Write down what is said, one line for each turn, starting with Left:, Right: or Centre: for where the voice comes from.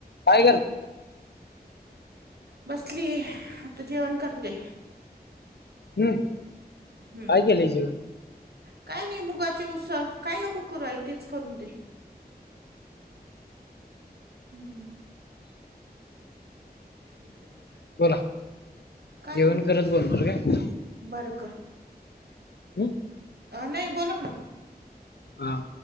Left: काय कर
Right: बसली आता जेवण करते.
Left: हम्
Right: हम्म
Left: काय केलय जेवण?
Right: काय नाय मुगाची उसळ काय नको करु आई तेच करून दे.
Left: <inaudible>
Right: हम्म हं <inaudible>
Left: बोला
Right: काय
Left: जेवण
Right: नाही
Left: करत बोलणार काय?
Right: बरं कर
Left: <inaudible>
Right: अ नाई बोला ना
Left: हा